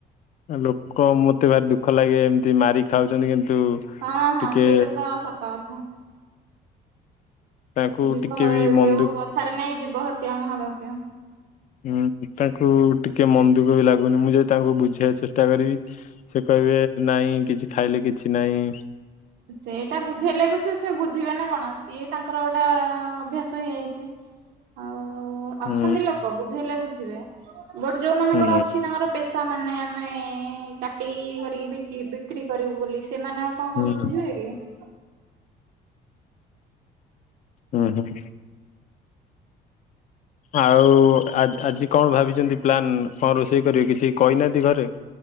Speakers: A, on the left; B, on the right.
A: ଲୋକ ମତେ ଭାରି ଦୁଃଖ ଲାଗେ ଏମ୍ତି ମାରି ଖାଉଚନ୍ତି କିନ୍ତୁ
B: ହଁ ହଁ
A: ଟିକେ
B: ସେଇଟା ତ ସତା କଥା।
A: ତାଙ୍କୁ
B: ଯିବ
A: ଟିକେ ବି
B: ଏ
A: ମନ
B: ଯୋଉ
A: ଦୁଃଖ
B: କଥାରେ ନାଇଁ ଯିବ ହତି ଆ ମହା ପାପ୍ୟ।
A: ହୁଁ ତାଙ୍କୁ ଟିକେ ମନ୍ଦୁକ ବି ଲାଗୁନି ମୁଁ ଯଦି ତାଙ୍କୁ ବୁଝେଇ ଚେଷ୍ଟା କରିବି। ସେ କହିବେ ନାଇଁ କିଛି ଖାଇଲେ କିଛି ନାହିଁ।
B: ସେଇଟା ବୁଝେଇଲେବି ସେ ସେ ବୁଝିବେ ନା କଣ ସିଏ ତାଙ୍କର ଗୋଟେ ଅଭ୍ୟାସ ହେଇଯାଇଚି। ଆଉ ଅଛନ୍ତି
A: ହୁଁ
B: ଲୋକ ବୁଝେଇଲେ ବୁଝିବେ ବଟ୍ ଯୋଉ ମାନଙ୍କର
A: ହୁଁ
B: ଅଛି ତାଙ୍କର ପେସାମାନୋନ ଆମେ କାଟି କରିକି ବିକି ବିକ୍ରି କରିବୁ ବୋଲି ସେମାନେ ଆଉ କଁ କୋଉ
A: ହୁଁ
B: ଇ
A: ଉ ହୁଁ। ଆଉ ଆଜି ଆଜି କଣ ଭାବିଛନ୍ତି ପ୍ଲାନ୍ କଣ ରୋଷେଇ କରିବେ କିଛି କହିନାହାନ୍ତି ଘରେ?